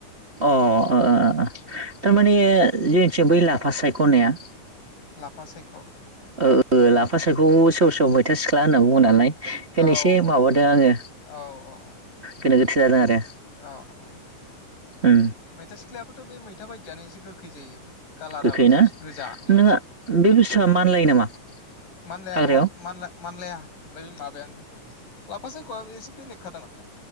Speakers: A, on the right; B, on the left.
A: अ ओ ओं ओ ओ थारमाने जे से बै लाफा सायख'नाया
B: लाफा सायख'
A: ओ ओ लाफा सायख'खौ सोरबा सोरबा मैथा सिख्ला होनना बुङो नालाय। खेनेसे
B: औ
A: माबादों आङो
B: औ औ
A: गोनो गोथो जादों आरो
B: औ ओं
A: उम
B: मैथा सिख्लायाबोथ' बे मैथा बायद दियानो एसे गोखै जायो। कालाराल'सो
A: गोखै ना
B: एसे गोजा ओम
A: नोंहा बे बुस्थुआ मानलायो नामा
B: मानलाया
A: हाग्रायाव
B: नङा मानला मानलाया बै माबायानो लाफा सायख'आ एसे बेलेखा दा